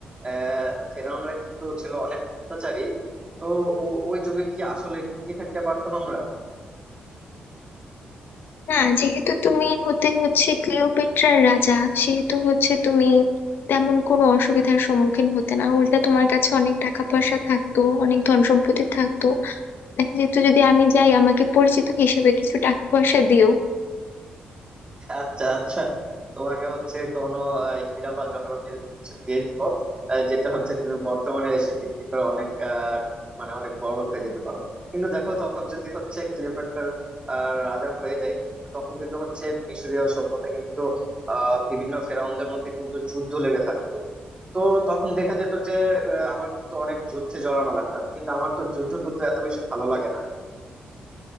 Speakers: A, on the right (about 30°); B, on the left (about 70°).
A: আহ, ফেরাউনরা কিন্তু ছিল অনেক অত্যাচারী তো ও- ওই যুগে কি আসলে টিকে থাকতে পারতাম আমরা
B: না যেহেতু তুমি হতে হচ্ছে ক্লিওপেট্রার রাজা সেহেতু হচ্ছে তুমি তেমন কোনো অসুবিধার সম্মুখীন হতে না উল্টা তোমার কাছে অনেক টাকা পয়সা থাকতো অনেক ধন সম্পত্তি থাকতো দেখা যেত যদি আমি যাই আমাকে পরিচিত হিসেবে কিছু টাকা পয়সা দিও
A: আচ্ছা আচ্ছা তোমাকে হচ্ছে কোনো আহ, হীরা বা জহরত এরকম কিছু দিয়ে দিব আহ, যেটা হচ্ছে তুমি বর্তমানে এসে বিক্রি করে অনেক আহ, মানে অনেক বড়লোক হয়ে যেতে পারো কিন্তু দেখো তখন যদি হচ্ছে ক্লিওপেট্রার আহ, রাজা হয়ে যায় কিন্তু তখন কিন্তু হচ্ছে মিশরীয় সভ্যতা কিন্তু আহ বিভিন্ন ফেরাউনদের মধ্যে কিন্তু যুদ্ধ লেগে থাকতো তো তখন দেখা যেত যে আহ, আমার কিন্তু অনেক যুদ্ধে জড়ানো লাগতো কিন্তু আমার তো যুদ্ধ টুদ্ধ এত বেশি ভালো লাগে না